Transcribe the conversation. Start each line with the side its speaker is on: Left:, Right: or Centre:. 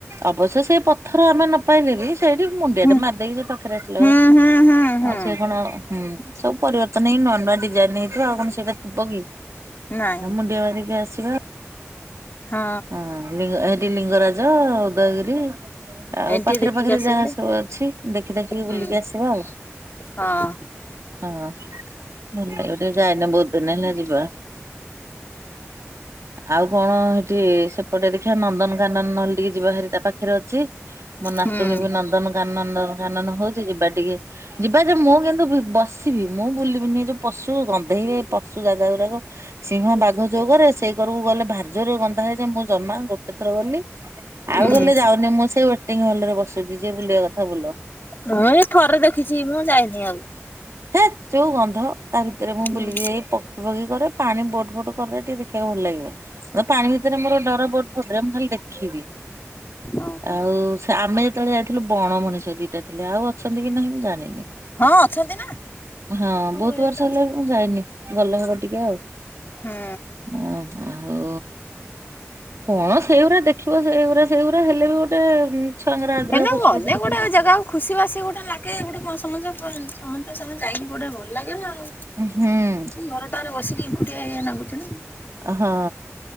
Right: ଅବଶ୍ୟ ସେପଥ ଧର ଆମେ ନ ପାଇଲେ ବି ସେଇଠି ମୁଣ୍ଡିଆ
Left: ହୁଁ
Right: ଟେ ମାରିଦେଇକି ସେ ପାଖରେ ଆସିଲ,
Left: ହୁଁ ହୁଁ ହୁଁ ହୁଁ
Right: ଆଉ ସେ କଣ ହୁଁ ସବୁ ପରିବର୍ତ୍ତନ ହେଇ ନୂଆ ନୂଆ ଡିଜାଇନ ନେଇଥିବା ଆଉ କଣ ସେଇଟା ଥିବ କି
Left: ନାଇଁ
Right: ମୁଣ୍ଡିଆ ମାରିକି ଆସିବା।
Left: ହଁ।
Right: ହଁ ଲି ଏଠି ଲିଙ୍ଗରାଜ ଉଦୟଗିରି ଆଉ
Left: ଏମିତି
Right: ପାଖରେ
Left: ଟିକେ ଦେଖିକି
Right: ପାଖରେ
Left: ଆସିଯାନ୍ତେ
Right: ଯାହା ସବୁ ଅଛି ଦେଖି ଦେଖିକି
Left: ହୁଁ
Right: ବୁଲିକି ଆସିବା ଆଉ।
Left: ହଁ।
Right: ହଁ ବୁଲି ଗୋଟେ ଯାଇନେ ବୋହୁତ୍ ଦିନି ହେଲା ଯିବା। ଆଉ କଣ? ଠିକି ସେପଟେ ଦେଖିବା ନନ୍ଦନକାନନ ନହେଲେ ଟିକିଏ ଯିବା ଭାରି ତା ପାଖରେ ଅଛି। ମୋ ନାତୁଣୀ
Left: ହୁଁ
Right: ବି ନନ୍ଦନକାନନ ନନ୍ଦନକାନନ ହଉଚି ଯିବା ଟିକିଏ। ଯିବା ଯେ ମୁଁ କିନ୍ତୁ ବି ବସିବି ମୁଁ ବୁଲିବିନି ଏ ଯୋଉ ପଶୁ ଗନ୍ଧେଇବେ ପଶୁ ଜାଗା ଗୁରାକ। ସିଂହ ବାଘ ଯୋଉ ଘରେ ସେଇ କରକୁ ଗଲେ ଭାରିଯୋରରେ ଗନ୍ଧାଏ, ଯେ ମୁଁ ଜମା ଗୋଟେ ଥର ଗଲି। ଆଉ
Left: ହୁଁ।
Right: ଗଲେ ଯାଉନି ମୁଁ ସେଇ ୱେଟିଂ ହଲ ରେ ବସୁଛି ଯିଏ ବୁଲିବା କଥା ବୁଲ।
Left: ମୁଁ ଏଇ ଥରେ ଦେଖିଚି ମୁଁ ଯାଇନି ଆଉ।
Right: ହେତ୍ ଯୋଉ ଗନ୍ଧ ତା ଭିତରେ ମୁଁ
Left: ହୁଁ।
Right: ବୁଲିକି ଯାଇକି ପ ବୋଗି କରେ ପାଣି ବୋଟ ଫୋଟ ଗଲେ ଟିକିଏ ଦେଖିବାକୁ ଭଲ ଲାଗିବ। ପାଣି ସେଥିରେ ମୋର ଡର ବୋଟ ଫୋଟରେ ମୁଁ ଖାଲି ଦେଖିବି।
Left: ଓହୋ।
Right: ଆଉ ସେ ଆମେ ଯେତେବେଳେ ଯାଇଥିଲୁ ବଣ ମଣିଷ ଦିଟା ଥିଲେ। ଆଉ ଅଛନ୍ତି କି ନାହିଁ ମୁଁ ଜାଣିନି।
Left: ହଁ ଅଛନ୍ତି ନା
Right: ହଁ
Left: ସବୁ
Right: ବୋହୁତ୍
Left: ଭେରାଇଟି
Right: ବର୍ଷ
Left: ଅଛନ୍ତି।
Right: ହେଲା ବି ମୁଁ ଯାଇନି। ଗଲେ ହବ ଟିକିଏ ଆଉ।
Left: ହୁଁ।
Right: ହଁ ଆଉ କଣ ସେଇଗୁରା ଦେଖିବ ସେଇଗୁରା। ସେଇଗୁରା ହେଲେ ବି ଗୋଟେ ଛୁଆଙ୍କର ଆଗ୍ରହ
Left: ହେଲେ
Right: ପଶୁପକ୍ଷୀ
Left: ଗଲେ
Right: ଦେଖିବୁ।
Left: ଗୋଟେ ଜାଗାକୁ ଖୁସି ବାସି ଗୋଟେ ଲାଗେ ଗୋଟେ ସମସ୍ତ ସମସ୍ତ ସାଙ୍ଗରେ ଯାଇକି ଗୋଟେ ରହ ଲାଗେ ନା ଆଉ
Right: ହଁ।
Left: ଘର ଟାରେ ବସିକି ଏକୁଟିଆ ଇଆ ନାଗୁଚି ନା।
Right: ହଁ